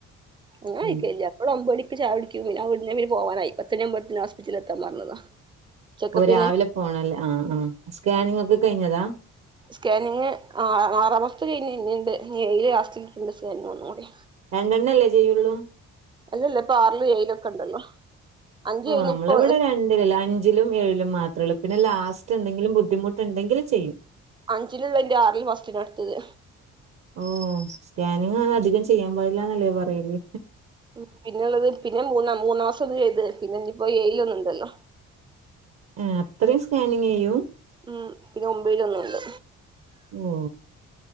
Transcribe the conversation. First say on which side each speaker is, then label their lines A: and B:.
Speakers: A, on the right; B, on the right.
A: ഞങ്ങ ആയിക്കല്ല
B: ഉം
A: അവടെ ഒമ്പണക്ക് ചായ കുടിക്കു പിന്നെ അവിടെന്ന് പോവാനയി പത്തണിമ്പോത്തന് ഹസ്പിറ്റലിൽത്താൻ പറഞ്ഞതാ ചെക്കപ്പിന്
B: ഓ രാവിലെ പോണല്ലേ ആഹ ആ് സ്കാനിങ് ഒക്കെ കഴിഞ്ഞതാ
A: സ്കാനിങ് ആ ആറാ മാസത്തെത്ത് കഴിഞ്ഞ്ന്നെയുണ്ട് ഇയിയില് ലാസ്റ്റിലിട്ടുണ്ട് സ്കാനിങ് ഒന്നും കൂടി
B: രണ്ടെണ്ണ അല്ലേ ചെയ്യുള്ളൂ
A: അല്ലല്ല ഇപ്പ ആറിലും ഏയിലൊ ഒക്കെ ഉണ്ടല്ലോ അഞ്ച്
B: ഓ
A: കഴിഞ്ഞ്
B: നമ്മള
A: ഇപ്പൊ
B: ഇവിടെ രൺ അഞ്ചിലും ഏഴിലും മാത്രേ ഉള്ളൂ പിന്നെ ലാസ്റ്റ് എന്തെങ്കിലും ബുദ്ധിമുട്ട് ഇണ്ടെങ്കിൽ ചെയ്യും.
A: അഞ്ചിലുള്ളത് ന്റെ അറില് ഫസ്റ്റിലാ ഇടുത്തത്.
B: ഓ സ്കാനിങ് അധികം ചെയ്യാൻ പാടില്ലന്നല്ലേ പറയല്
A: ഉ പിന്നുള്ളത് പിന്നെ മൂന്നാ മൂന്നാ മാസം ഒന്ന ചെയ്തത് പിന്നെ ഇപ്പോ എയില ഒന്നുണ്ടല്ലോ
B: ആ അത്രയും സ്കാനിങ്യ്യു
A: ഉം പിന്നെ ഒമ്പലൊന്നുണ്ട്
B: ഓ